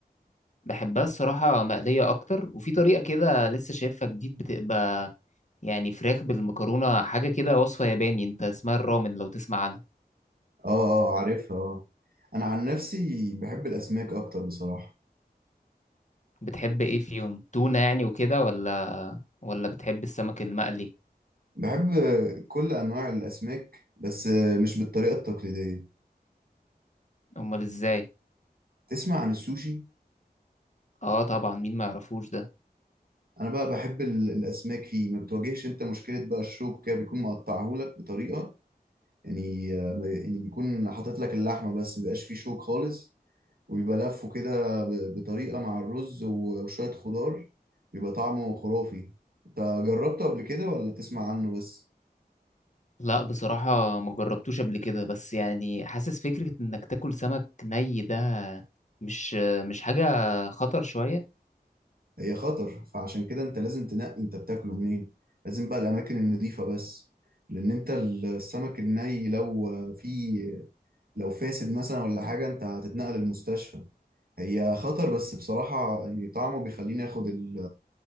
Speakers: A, on the left (about 45°); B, on the right (about 65°).
A: بحبها الصراحه مقليه اكتر وفي طريقه كده لسه شايفها جديد بتبقى يعني فراخ بالمكرونه حاجه كده وصفه ياباني انت اسمها الرامن لو تسمع عنها
B: اه اه عارفها اه انا عن نفسي بحب الاسماك اكتر بصراحة
A: بتحب ايه فيهم تونه يعني وكده ولا ولا بتحب السمك المقلي
B: بحب كل انواع الاسماك بس مش بالطريقة التقليدية
A: امال ازاي
B: تسمع عن السوشي
A: اه طبعا مين ما يعرفوش ده
B: انا بقى بحب ال- الاسماك فيه ما بتواجهش انت مشكلة بقى الشوك كده بيكون مقطعهولك بطريقة يعني يعني بيكون حاطط لك اللحمة بس مبيبقاش فيه شوك خالص وبيبقى لفه كده ب- بطريقة مع الرز و- وشوية خضار بيبقى طعمه خرافي انت جربته قبل كده ولا تسمع عنه بس
A: لا بصراحة ما جربتوش قبل كده بس يعني حاسس فكرة انك تاكل سمك ني ده مش مش حاجة خطر شوية
B: هي خطر فعشان كده انت لازم تنقي انت بتاكله منين لازم بقى الاماكن النظيفة بس لان انت السمك الني لو فيه لو فاسد مثلا ولا حاجة انت هتتنقل المستشفى هي خطر بس بصراحة يعني طعمه بيخليني اخد ال-